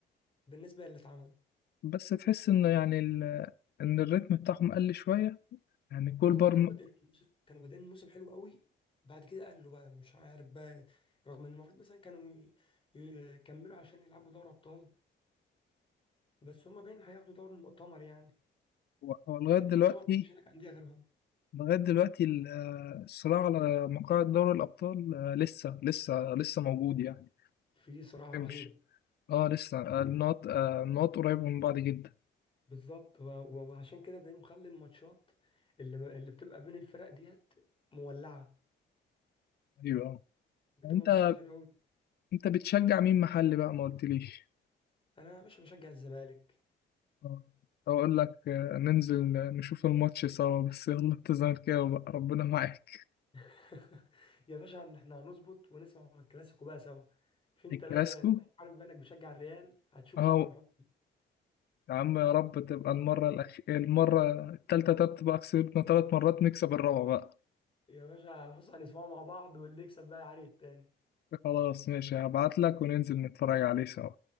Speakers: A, on the left; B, on the left.
A: بالنسبه للي اتعمل
B: بس تحس إن يعني ال... إن الريتم بتاعهم قل شوية يعني كول
A: ما هم
B: بار
A: كانوا بادئين الموسم كانوا بادئين الموسم حلو قوي بعد كده قالوا بقى مش عارف بقى رغم ان المفروض مثلا كانوا ي- يكملوا عشان يلعبوا دوري ابطال بس هم باين هياخدوا دوري المؤتمر يعني
B: هو هو لغاية
A: لان
B: دلوقتي
A: يعتبر ما فيش هناك انديه غيرهم
B: لغاية دلوقتي ال- آه، الصراع على مقاعد دوري الأبطال آه، لسه لسه لسه موجود يعني
A: في صراع
B: تمشي
A: رهيب
B: اه لسه آه، النقط آه، النقط قريبة من بعض جدا
A: بالظبط و- و- وعشان كده ده مخلي الماتشات اللي اللي بتبقى بين الفرق ديت مولعه
B: أيوه آه.
A: بتبقى
B: أنت
A: ماتشات حلوه قوي
B: أنت بتشجع مين محلي بقى ما قلتليش
A: انا يا باشا بشجع الزمالك
B: آه، أقول لك آه، ننزل نشوف الماتش سوا بس يلا أنت زملكاوي بقى ربنا معاك
A: <laughs> يا باشا إن احنا هنظبط ونسمع من الكلاسيكو بقى سوا مش انت
B: الكلاسيكو
A: بقى, بقى انت عارف بقى انك بتشجع الريال هتشوف
B: اه
A: بقى احنا بنحط
B: يا عم يا رب تبقى المرة الأخ... المرة التالتة ده تبقى كسبنا تلات مرات نكسب الرابعة بقى
A: يا باشا بص هنسمعه مع بعض واللي يكسب بقى يعاني التاني
B: خلاص ماشي هبعتلك وننزل نتفرج عليه سوا